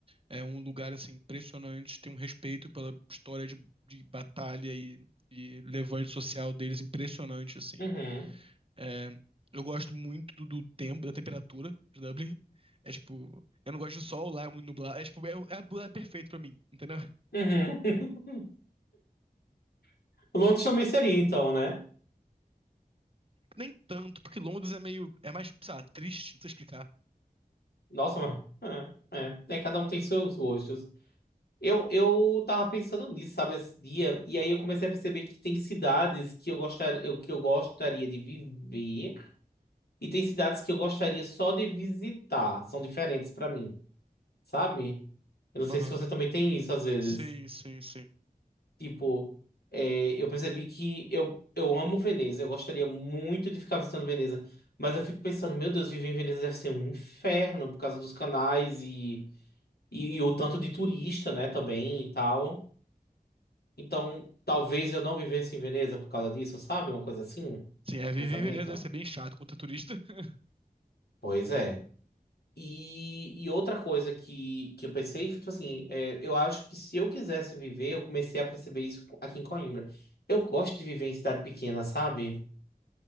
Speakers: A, on the right (about 35°); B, on the left (about 85°).
A: É um lugar assim impressionante, tem um respeito pela história de, de batalha e, e levante social deles impressionante assim.
B: Uhum,
A: É, eu gosto muito do, do tempo, da temperatura de Dublin. É tipo, eu não gosto de sol, lá é muito nublado. É tipo, é, é, é perfeito pra mim, entendeu?
B: uhum. <laughs> Londres também seria, então, né?
A: Nem tanto, porque Londres é meio, é mais, sei lá, triste, não sei explicar.
B: Nossa, mas... É, é, é, cada um tem seus gostos. Eu, eu tava pensando nisso, sabe, esse dia, e aí eu comecei a perceber que tem cidades que eu gostar, eu, que eu gostaria de viver e tem cidades que eu gostaria só de visitar. São diferentes pra mim, sabe? Eu não sei
A: Aham.
B: se você também tem isso às vezes.
A: Sim, sim, sim.
B: Tipo, é, eu percebi que eu, eu amo Veneza, eu gostaria muito de ficar visitando Veneza, mas eu fico pensando, meu Deus, viver em Veneza deve ser um inferno por causa dos canais e, e, e o tanto de turista, né, também e tal. Então, talvez eu não vivesse em Veneza por causa disso, sabe? Uma coisa assim,
A: Sim, é,
B: um
A: viver
B: pensamento.
A: em Veneza deve ser bem chato contra turista. <laughs>
B: Pois é. E, e outra coisa que, que eu pensei, foi, tipo assim, é, eu acho que se eu quisesse viver, eu comecei a perceber isso aqui em Coimbra. Eu gosto de viver em cidade pequena, sabe?